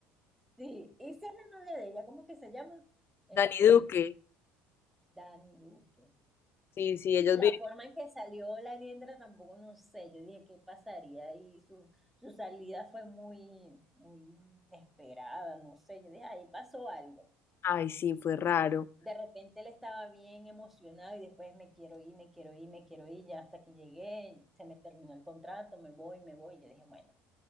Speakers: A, in the centre; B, on the left.
A: Sí, y esa es la novia de ella, ¿cómo que se llama? Este,
B: <laughs> Dani Duque.
A: Dani Duque.
B: Sí, sí, ellos
A: La
B: viven.
A: forma en que salió la liendra tampoco no sé, yo dije qué pasaría y su, su salida fue muy, muy inesperada, no sé, yo dije ahí pasó algo.
B: Ay, sí, fue raro.
A: De repente él estaba bien emocionado y después me quiero ir, me quiero ir, me quiero ir, ya hasta que llegué, se me terminó el contrato, me voy, me voy, yo dije, bueno,